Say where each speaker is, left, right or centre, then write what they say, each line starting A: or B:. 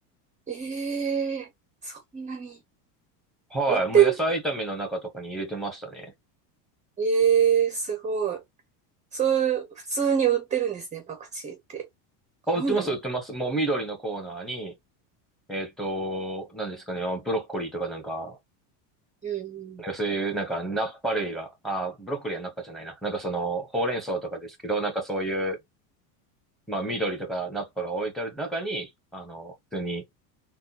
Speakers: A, on the right; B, in the centre.
A: ええそんなに。
B: はい。
A: 売ってる。
B: もう野菜炒めの中とかに入れてましたね。
A: ええすごい。そういう、普通に売ってるんですね、パクチーって。
B: あ、
A: 日本でも。
B: 売ってます、売ってます。もう緑のコーナーに、えっと、何ですかね、あブロッコリーとかなんか、
A: うん
B: なんかそういうなんかナッパ類が、あ、ブロッコリーはナッパじゃないな。なんかその、ほうれん草とかですけど、なんかそういう、まあ緑とかナッパが置いてある中に、あの、普通に